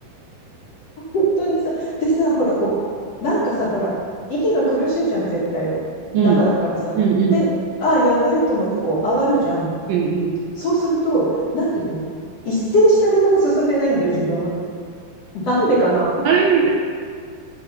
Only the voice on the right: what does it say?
うん。
うんうん。
うんうん。
あれみたいな。